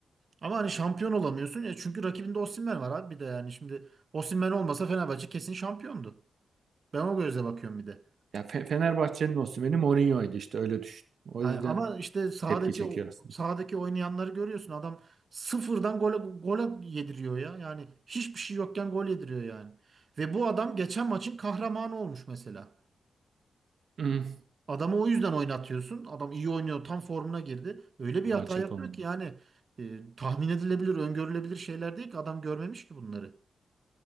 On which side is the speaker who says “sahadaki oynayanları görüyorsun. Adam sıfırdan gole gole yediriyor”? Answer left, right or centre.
Right